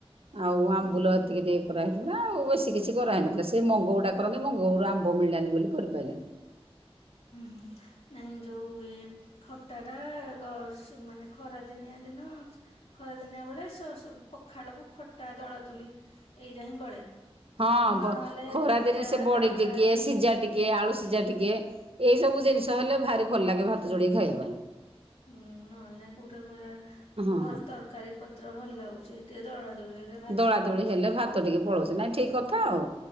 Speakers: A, on the right; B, on the left.
A: ଆଉ ଆମ୍ବୁଲ
B: ହୁଁ।
A: ଏତିକି ଟିକେ କରାହେଇଥିଲା। ଆଉ ବେଶୀ କିଛି କରାହେଇନଥିଲା। ସେ ମଙ୍ଗଉଟା କରନ୍ତି ମଙ୍ଗ କୋଉଟୁ ଆମ୍ବ ମିଳିଲାନି ବୋଲି କରିପାରିଲାନି। <inaudible>
B: ହୁଁ
A: <inaudible>
B: ହୁଁ ନାଇଁ ଯୋଉ ଇଏ ଖଟା ଟା ଗ-ସୁ-ମାନେ ଖରା ଦିନିଆ ଦିନ ଖ ଖରାଦିନିଆ ବେଳେ ସସୁ ପଖାଳକୁ ଖଟା ଦଳା ଦୁଳି ଏଇଟା ହିଁ ଗଳେ।
A: ହଁ
B: ନହେଲେ
A: ବ-ଖରା
B: ଭଜା
A: ଦିନେ ସେ ବଡି
B: ତରକାରୀ
A: ଟିକେ, ସିଜା ଟିକେ, ଆଳୁ ସି ଜା ଟିକିଏ ଏଇ ସବୁ ଜିନିଷ ହେଲେ ଭାରି ଭଲ ଲାଗେ ଭାତ ଯୋଡିକି ଖାଇବା ପାଇଁ।
B: ହୁଁ ନହେଲେ ନା କୋଉଟେ ପୁର
A: ହଁ
B: ଭଲ ତରକାରୀପତ୍ର ଭଲ ଲାଗୁଛି ଟିକେ ଦଳା ଦଳି ହେଲେ ଭାତ
A: ଦଳାଦଳି
B: ପଳଉଛି
A: ହେଲେ ଭାତଟିକେ ପଳଉଛି ନାଇଁ ଠିକ କଥା ଆଉ